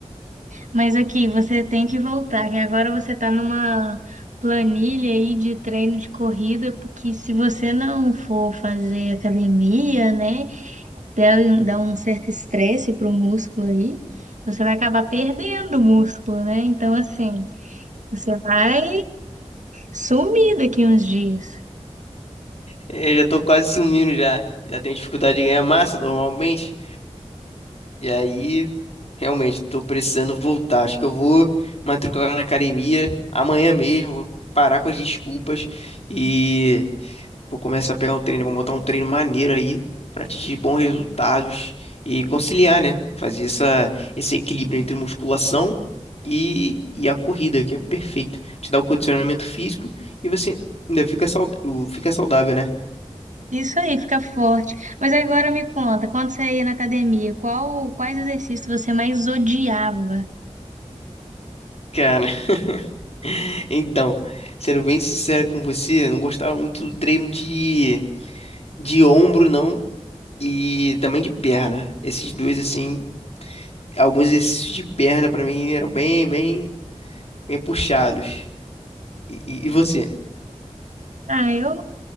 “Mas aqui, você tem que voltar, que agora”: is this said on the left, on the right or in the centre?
Right